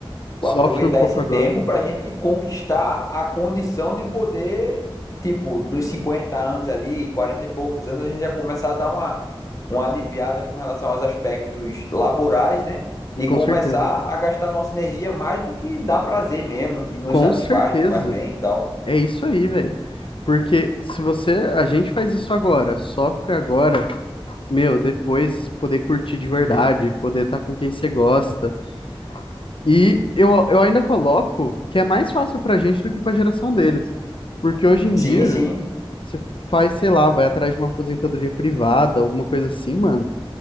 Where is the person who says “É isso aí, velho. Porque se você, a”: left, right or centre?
Left